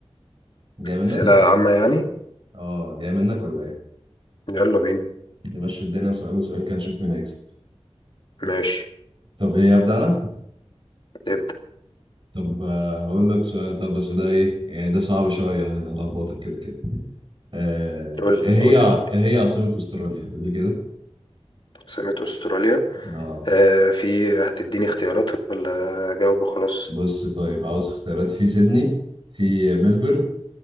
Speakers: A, on the right; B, on the left.
A: جاي منك
B: اسئلة عامة يعني
A: اه جاي منك ولا ايه
B: يلا بينا
A: نمشي الدنيا سؤال وسؤال كده نشوف مين هيكسب
B: ماشي
A: طب ايه ابدأ انا
B: نبدأ
A: طب آه، هقول لك سؤال طب بس ده ايه يعني ده صعب شوية هلخبطك كده كده آه،
B: قول
A: ايه
B: لي
A: هي
B: قول لي قول لي
A: ايه هي عاصمة استراليا قول لي
B: عاصمة استراليا
A: كده
B: آه في هتديني اختيارات ولا اجاوب وخلاص
A: بص طيب عاوز اختيارات في سيدني في ملبورن